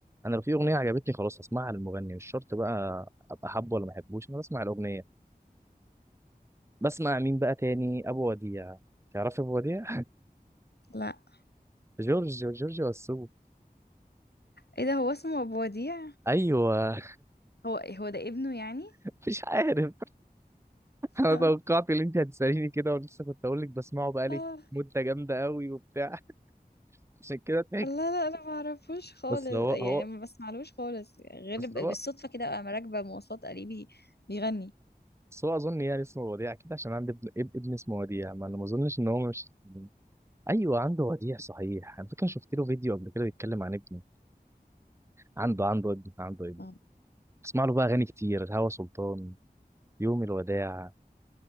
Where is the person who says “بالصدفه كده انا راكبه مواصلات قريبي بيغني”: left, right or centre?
Left